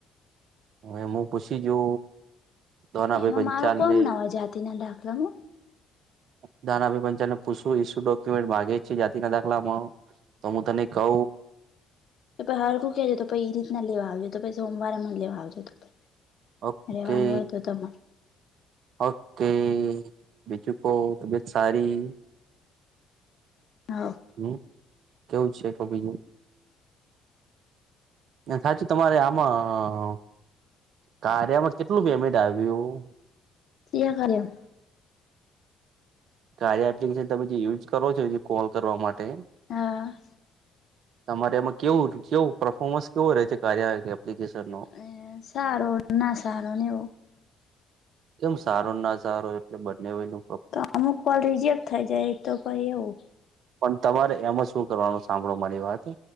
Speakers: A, on the right (about 55°); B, on the left (about 50°).
A: એમ હું પૂછી જો દાનાભાઈ
B: એમાં
A: પંચાલ
B: મારો કોમ
A: ને
B: ના હોય જાતિ ના દાખલામાં
A: <unintelligible> પંચાલ ન પુસવુ ઈ શું ડોક્યુમેન્ટ માગે છે જાતિ ના દાખલામાં તો હું તને કઉ.
B: કે પઈ હળખું કેજો તો પછ ઈ રીતના લેવા આવજે તો પછ સોમવારે એમાં લેવા આવજો તો ભાઈ
A: ઓકે
B: રેવાનું હોય તો તમાર
A: ઓકે બીજું કો તબિયત સારી.
B: હા
A: હમ્મ કેવું છે તો બીજું સાચું તમારે આમાં કાર્યામાં કેટલું પેમેન્ટ આવ્યું.
B: કિયો કર્યો
A: કાર્ય એપ્લિકેશન તમે જે યુઝ કરો છો કોલ કરવા માટે
B: હા
A: તમારે એમાં કેવું કેવું પરફોર્મન્સ કેવો રહે છે કાર્ય એપ્લિકેશન નો
B: હ સારો ના સારો નેવ
A: એમ સારો ના સારો એટલે બને હોયનું.
B: તો આમુક કોલ રિઝેક થઈ જાય એક તો પહી એવું
A: પણ તમારે એમાં શું કરવાનું સાંભળો મારી વાત